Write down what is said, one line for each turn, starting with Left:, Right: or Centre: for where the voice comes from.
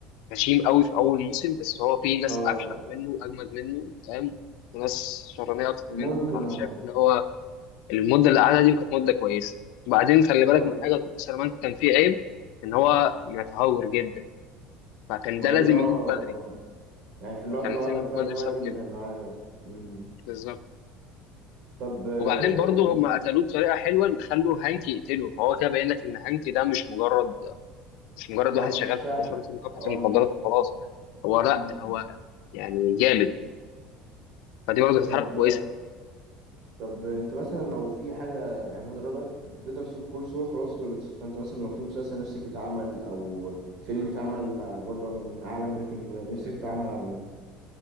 Left: غشيم قوي في اول موسم بس هو في ناس
Right: اه
Left: افشخ منه اجمد منه فاهم وناس شرانيه اكتر
Right: ممكن
Left: منه فانا
Right: اه
Left: شايف ان هو المده اللي قعدها دي كانت مده كويسه وبعدين خلي بالك
Right: طب
Left: من حاجه توكو سلامانكا كان فيه عيب ان هو متهور جدا فكان
Right: ما
Left: ده لازم
Right: دي اه
Left: يموت بدري
Right: يعني في اللقطه
Left: فكان
Right: اللي
Left: لازم
Right: هو قتل
Left: يموت
Right: فيها
Left: بدري
Right: الواد
Left: بسبب
Right: اللي
Left: كده
Right: كان معاه ده مم.
Left: بالظبط
Right: طب آه،
Left: وبعدين برضه هم قتلوه بطريقه حلوه ان خلوا هانك يقتله فهو كده باين لك ان هانك ده مش مجرد مش مجرد
Right: اه
Left: واحد
Right: مش
Left: شغال
Right: سهل
Left: في شرطه مكافحه
Right: اه
Left: المخدرات
Right: مش
Left: وخلاص هو لا
Right: مم.
Left: هو يعني جامد فدي برضه كانت
Right: طب
Left: حركه كويسه
Right: طب انت مثلا لو في حاجه يعني أنا دلوقتي بيتر سول كول سول خلاص خلص فانت مثلا لو في مسلسل نفسك يتعمل او فيلم يتعمل برضه من عالم بريكنج باد نفسك يتعمل عن ايه؟